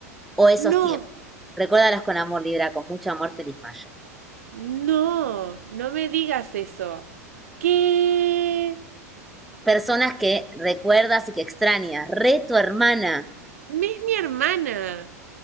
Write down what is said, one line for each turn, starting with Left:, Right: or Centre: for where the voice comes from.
Centre: O esos
Right: no,
Centre: tiempos. Recuérdalos con amor, Libra, con mucho amor, feliz mayo.
Right: no, no me digas eso. ¿Qué? Es
Centre: personas que recuerdas y que extrañas. Re tu hermana.
Right: mi hermana.